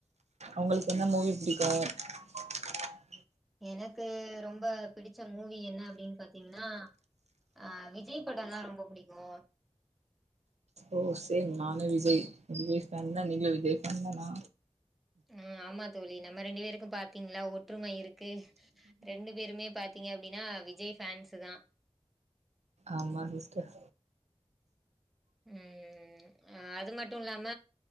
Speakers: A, on the right (about 80°); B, in the centre.
A: உங்களுக்கு <unintelligible>
B: எனக்கு ரொம்ப பிடிச்ச மூவி என்ன அப்டின் பாத்தீங்கன்னா ஆ விஜய் படம்லா ரொம்ப புடிக்கும்
A: ஓ சேம் நானு விஜய் விஜய் ஃபன் தா நீங்ளு விஜய் ஃபேன் தானா
B: ம் ஆமாத் தோழி நம்ம ரெண்டு பேருக்கு பாத்தீங்ளா ஒற்றுமை இருக்கு க்கு ரெண்டு பேருமே பாத்தீங்க அப் அப்டினா விஜய் ஃபன்ஸு தா
A: ஆமா சிஸ்டர்
B: ம் அது மட்டு இல்லாம